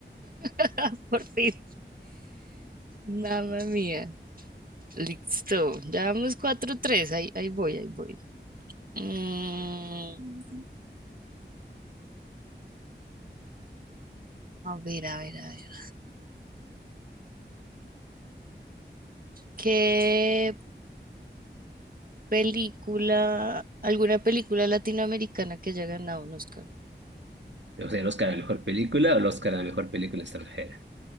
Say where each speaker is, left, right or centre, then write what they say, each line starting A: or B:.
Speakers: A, on the right; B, on the right.
A: <laughs> por fin. Mamma mía. Listo. Ya vamos cuatro tres, Ahí, ahí voy, ahí voy. Mm, a ver, a ver, a ver. ¿Qué película, alguna película latinoamericana que haya ganado un Oscar?
B: O sea, el Oscar a la mejor película o el Oscar a la mejor película extranjera.